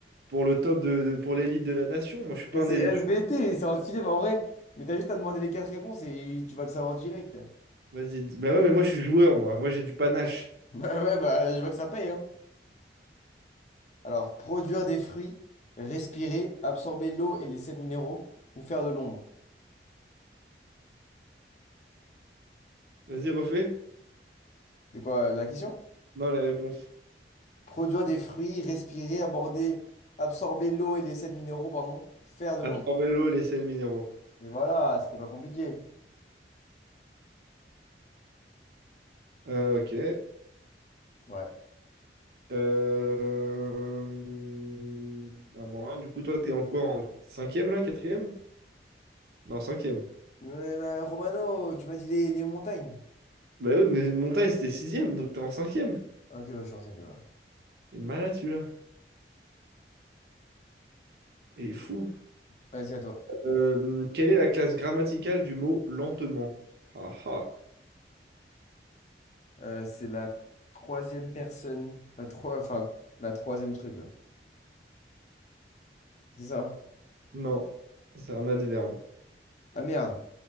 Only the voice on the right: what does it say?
pour le top de, pour l'élite de la nation. Moi, je suis pas
un élite.
Vas-y, d- bah ouais, mais moi, je suis joueur, moi. Moi, j'ai du panache.
Vas-y, refais.
Non, les réponses.
Absorber
l'eau, les sels minéraux.
Euh, ok.
Euh... À moi. Du coup, toi, t'es en quoi? En cinquième, là? Quatrième? Non, cinquième.
Bah oui, mais Montagne, c'était sixième, donc t'es en cinquième.
T'es malade, celui-là. Et fou.
Euh, quelle est la classe grammaticale du mot lentement? Ah ah.
Non, c'est un adverbe.